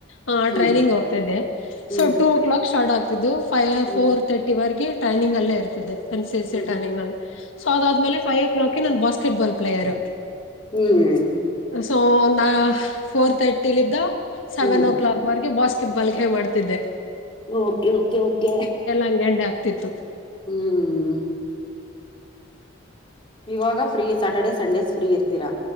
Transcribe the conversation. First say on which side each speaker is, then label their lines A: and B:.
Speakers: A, on the left; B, on the left.
A: ಹ
B: ಹ್ಮ್
A: ಟ್ರೈನಿಂಗ್ ಹೋಗ್ತಾ ಇದ್ದೆ
B: ಹ್ಮ್
A: ಸೊ ಟು ಕ್ಲಾಕ್ ಸ್ಟಾರ್ಟ್ ಆಗ್ ತಿತು ದೂ ಫೈವ
B: ಹ್ಮ್
A: ಫೋರ್ ತರ್ಟಿಿವರೆಗೆ. ಟೈಮಿಂಗ್ ಅಲ್ಲೇ ಇರ್ತದೆ ಏನ್ ಸಿ ಸಿ
B: ಹ್ಮ್
A: ನಿಲ್ಲಿ ಸೊ ಅದಾದ್ಮೇಲೆ ೈವ್ ಓ ಕ್ಲಾಕ್ಗೆ ನನ್ ಬಸ್ ಕೆಟ್ಾಲ್್ಲೇಯರ್.
B: ಹ್ಮ್
A: ಸೊ ನಾ ಫೋರ್ ತರ್ಟಿಲಿದ್ದ ಸೆವೆನ್
B: ಹ್ಮ್
A: ಓ ಕ್ಲಾಕ್ ವರೆಗೆ ಬಾಸ್ ಕಿಟ್ ಬಾಲ್ ಗೇಮ್ ಅಡ್ತಿದೆ
B: ಓಕೆ ಓಕೆ ಓಕೆ
A: ಹಂಗೆ ಹಂಗೆ ಆಗ್ತಿತ್ತು
B: ಹ್ಮ್ ಇವಾಗ ಫ್ರೀ ಸಾಟರ್ಸ್ದಯ್ ಸಂಡೇಸ್ ಫ್ರೀ ಇರ್ತೀರ